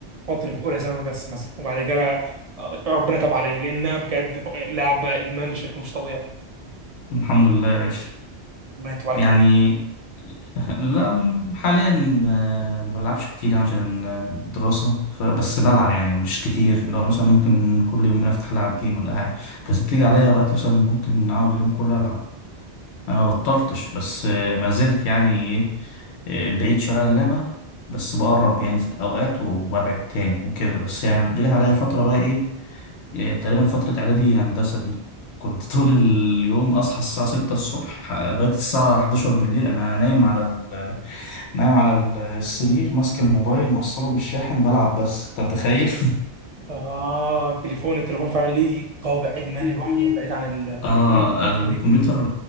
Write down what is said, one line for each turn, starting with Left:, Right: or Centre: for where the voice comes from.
Right: فتره اولى ثانوي بس مثلا وبعد كده آه، ربنا تاب عليا لانها بجد ف- لعبه ادمان بشكل مش طبيعي
Left: الحمد لله يا باشا
Right: ربنا يتوب عليك
Left: يعني
Right: انت
Left: <laughs> لا م- حاليا آه، ما بلعبش كتير يعني عشان آه، الدراسة ف- بس بلعب يعني مش كتير اللي هو مثلا ممكن كل يومين افتح العب جيم ولا حاجة بس بتيجي عليا وقت مثلا ممكن اقعد اليوم كله العب انا ما بطلتش بس آه، ما زلت يعني إيه، آه، بعيد شويه عن اللعبه بس بقرب يعني في اوقات وببعد تاني وكده بس يعني رجعت عليا فتره بقى ايه آه، تقريبا فتره اعدادي هندسه دي كنت <laughs> طول اليوم اصحى الساعه 6 الصبح آه، لغايه الساعه 11 بالليل انا نايم على ال- نايم على السرير ماسك الموبايل موصله بالشاحن بلعب بس انت متخيل
Right: اه التليفون التليفون فعلا ليه طابع ادمان
Left: <laughs>
Right: لوحده بعيد عن الكمبيوتر
Left: اه
Right: اكتر
Left: الكمبيوتر
Right: يمكن